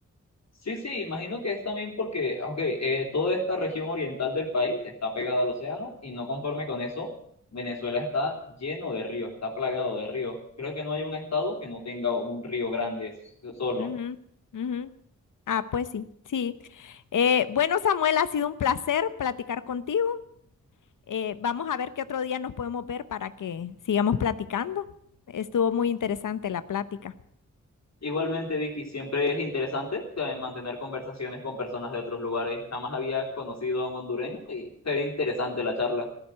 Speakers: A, on the left; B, on the left.
A: Sí, sí, imagino que es también porque, ok, eh, toda esta región oriental del país está pegada al océano y no conforme con eso, Venezuela está lleno de ríos, está plagado de ríos. Creo que no hay un estado que no tenga un río grande s- solo.
B: Ujú, ujú. Ah, pues sí, sí. Eh, bueno, Samuel, ha sido un placer platicar contigo. Eh, vamos a ver qué otro día nos podemos ver para que sigamos platicando. Estuvo muy interesante la plática.
A: Igualmente, Vicky, siempre es interesante eh, mantener conversaciones con personas de otros lugares. Jamás había conocido a un hondureño y fue interesante la charla.